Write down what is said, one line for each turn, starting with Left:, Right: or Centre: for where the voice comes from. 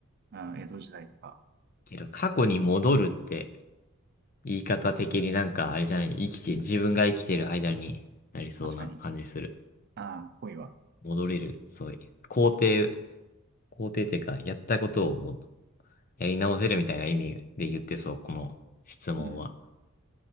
Right: あー、江戸時代とか。
Left: けど、過去に戻るって、言い方的になんか、あれじゃない、生きて、自分が生きてる間になりそうな感じする。
Right: 確かに。ああ、ぽいわ。
Left: 戻れる、そういう。肯定、肯定ってか、やったことをもう、やり直せるみたいな意味で言ってそう、この質問は。
Right: うん。